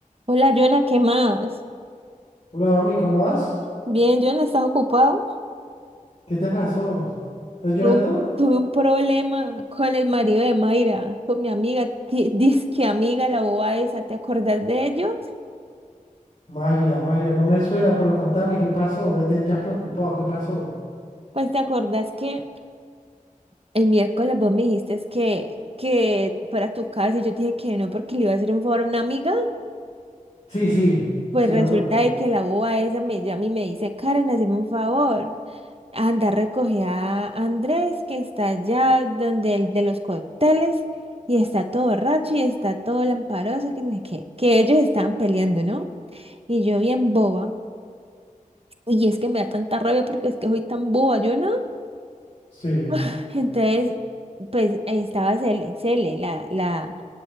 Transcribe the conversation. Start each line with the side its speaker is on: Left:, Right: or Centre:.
Right: Hola, Jonah, ¿qué más?
Left: Hola mami, ¿cómo vas?
Right: Bien, Jonah, ¿estás ocupado?
Left: ¿Qué te pasó? ¿Estás llorando?
Right: Tuve un, tuve un problema con el marido de Mayra, con mi amiga, ti- <laughs> disque amiga, la boba esa. ¿Te acordás de ellos?
Left: Mayra, Mayra, no me suena, pero contame qué pasó. Me tenías preocupado, ¿qué pasó?
Right: Pues te acordás que el miércoles vos me dijiste es que, que para tu casa y yo te dije que no porque le iba a hacer un favor a una amiga.
Left: Sí, sí,
Right: Pues
Left: sí
Right: resulta
Left: me acuerdo.
Right: de que la boba esa me llama y me dice, Karen, hazme un favor. Anda, recoge a Andrés, que está allá donde el de los cócteles, y está todo borracho y está todo lamparoso, que no sé qué, que ellos estaban peleando, ¿no? Y yo bien boba, y es que me da tanta rabia porque es que soy tan boba, yo no. <laughs>
Left: Sí,
Right: <sighs> Entonces, pues estaba Cele, Cele, la, la,